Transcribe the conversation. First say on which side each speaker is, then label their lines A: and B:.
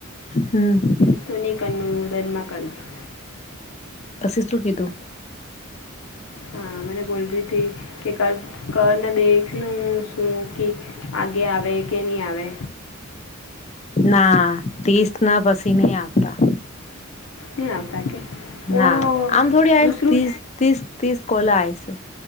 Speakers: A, on the left (about 30°); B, on the left (about 75°).
A: હમ્મ
B: <unintelligible>
A: પસી શું કીધુ
B: હા મને બોલ રી થી કે કર કરને દેખલું શું કે આગે આવે કે ની આવે
A: ના તીસના પસી નઈ આવતા
B: ની આવતા કે વો
A: ના આમ થોડી આઇસ
B: દૂસરું
A: તીસ તીસ તીસ કોલા આય સે